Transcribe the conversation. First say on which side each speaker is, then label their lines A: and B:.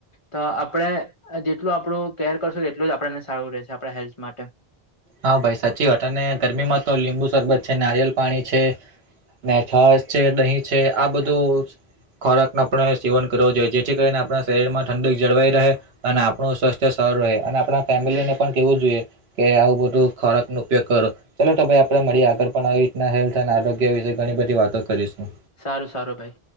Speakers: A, on the left; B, on the right.
A: તો આપણે જેટલું આપણું કેર કરશો એટલું જ આપણને સારું રહેશે આપણા હેલ્થ માટે.
B: હા ભાઈ સાચી વાત અને ગરમીમાં તો લીંબુ શરબત છે નારિયલ પાણી છે. મેઠ છે દહીં છે આ બધું, ખોરાક નો આપણે સેવન કરવો જોઈએ જેથી કરીને આપણા શરીર માં ઠંડક જળવાઈ રહે. અને આપણું સ્વસ્થ સરું રહે અને આપણા ફેમિલી ને પણ કેવું જોઈએ કે આવું બધું, ખોરાકનો ઉપયોગ કરો. ચાલલો તો ભાઈ આપડે મળીએ આગળ પણ આવી રીતના હેલ્થ ઘોઅને આરોગ્ય વિશે ઘણી બધી વાતો કરીશું.
A: સારું સારું ભાઈ.